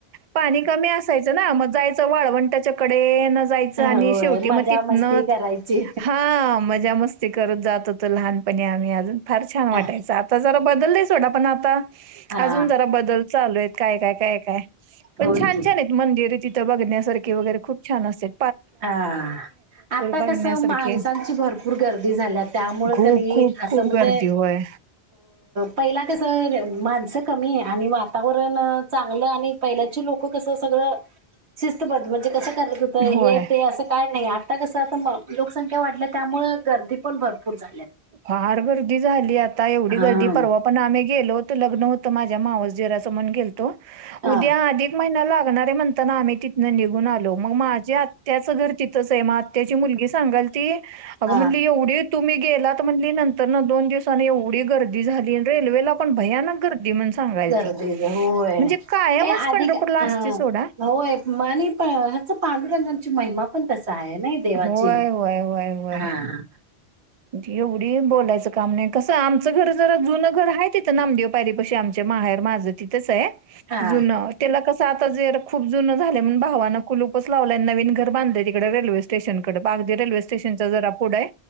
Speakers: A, on the right; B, on the right.
A: पाणी कमी असायचं ना मग जायचं वाळवंटच्या कडे डेन जायचं आणि
B: होय
A: शेवटी मग
B: मजा
A: तिथन
B: मस्ती
A: च
B: करायची
A: हां मजा मस्त स्ती करत जात होतो लहानपणी आम्ही अजून फार छान वाटायचं
B: हा
A: आता जरा बदललंय सोडा पण आता
B: हा
A: अजून जरा बदल चालू आहेत काय काय काय काय पण
B: होय
A: छान
B: की
A: छान आहेत मंदिरे तिथं बघण्यासारखी. वगैरे खूप छान असतेत.
B: हां आता
A: बघण्यासारखे.
B: कस माणसांची भरपूर गर्दी झाल्या त्यामुळे
A: खूप,
B: क नई
A: खूप,
B: असं
A: खूप
B: म्हणजे
A: गर्दी होय.
B: पहिला कसं माणसं कमी आणि वातावरण चांगलं आणि पहिल्याची लोक कसं सगळं शिस्तबद्ध म्हणजे कसं करत होतं
A: होय,
B: हे ते असं काय नाही आता कसं आता म लोकसंख्या वाढल्या त्यामुळ गर्दी पण भरपूर झाल्या.
A: फार गर्दी झाली आता एवढी
B: हा.
A: गर्दी परवा पण आम्ही गेलो हो तो लग्न होत माझ्या मावस दीराचं म्हणून गेल तो
B: हा
A: उद्या अधिक महिना लागणार आहे म्हणताना आम्ही तिथंन निघून आलो मग माझ्या आत्या च घर घर तिथंच आहे म आत्त्याची मुलगी सांगालती अगं
B: हा
A: म्हणाली एवढे तुम्ही गेला त म्हणली नंतर न दोन दिवसांनी एवढी गर्दी झाली आणि रेल्वेला पण भयानक गर्दी म्हणून सांगायला
B: गर्दी
A: ती
B: होय
A: म्हणजे कायमच
B: नाही अधिक
A: पंढरपूरला असते सोडा
B: होय म आणि ह्याच पांडुरंगाची महिमा पण तसं आहे नाही देवाची
A: होय होय होय होय
B: हां.
A: एवढी बोलायचं काम नाही कसं आमचं घर जरा जुनं घर आहे तिथं नामदेव पायरी पाशी आमच्या माहेर माझं तिथच आहे
B: हा
A: जुनं त्याला कसं आता जर खूप जुन झाले म्हण भावानं कुलूपच लावलय आणि नवीन घर बांधलंय तिकड रेल्वे स्टेशन कड पाकदे रेल्वे स्टेशनच जरा पुढ आहे.